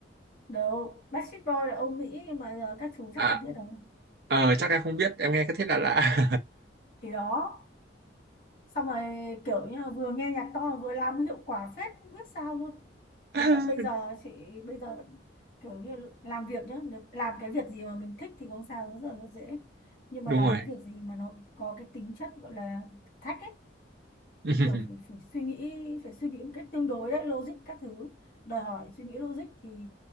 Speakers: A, on the left; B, on the right.
A: đâu Backstreet Boy là ông Mỹ mà giờ các chú chắc
B: à
A: không biết đâu
B: ờ chắc em không biết em nghe cái thế lạ lạ
A: thì đó xong rồi kiểu như là vừa nghe nhạc to mà vừa làm hiệu quả phết không biết sao luôn
B: <laughs>
A: đến tận bây giờ chị bây giờ vẫn kiểu như là làm việc nhá nếu làm cái việc gì mà mình thích thì không sao rất là rất dễ nhưng
B: đúng
A: mà làm
B: rồi
A: cái việc gì mà nó có cái tính chất gọi là thử thách ấy
B: <laughs>
A: kiểu phải, phải suy nghĩ phải suy nghĩ một cách tương đối đấy logic các thứ đòi hỏi suy nghĩ logic thì